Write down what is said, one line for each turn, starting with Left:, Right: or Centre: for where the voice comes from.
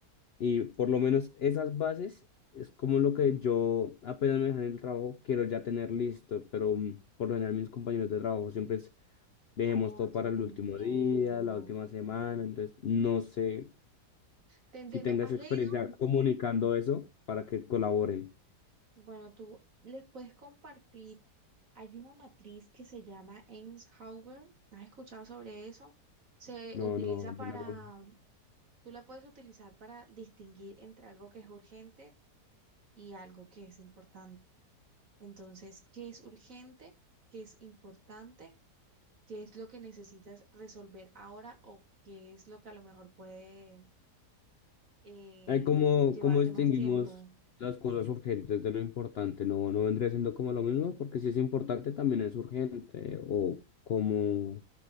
Left: Y por lo menos esas bases es como lo que yo apenas me dejan el trabajo, quiero ya tener listo, pero mm, por lo general mis compañeros de trabajo siempre Dejemos
Right: Oye,
Left: todo para el
Right: te
Left: último
Right: entiendo.
Left: día, la última semana. Entonces, no sé
Right: Te entiendo.
Left: si tengas
Right: ¿Has
Left: experiencia
Right: leído?
Left: comunicando eso para que colaboren.
Right: Bueno, tú les puedes compartir. Hay una matriz que se llama Eins-Hauber. ¿Has escuchado sobre eso? Se
Left: No,
Right: utiliza
Left: no, no.
Right: para, tú la puedes utilizar para distinguir entre algo que es urgente y algo que es importante. Entonces, ¿qué es urgente? ¿Qué es importante? ¿Qué es lo que necesitas resolver ahora o qué es lo que a lo mejor puede eh,
Left: Hay como,
Right: llevarte
Left: cómo distinguimos
Right: más tiempo?
Left: las cosas urgentes de lo importante. No, no vendría siendo como lo mismo, porque si es importante también es urgente. O cómo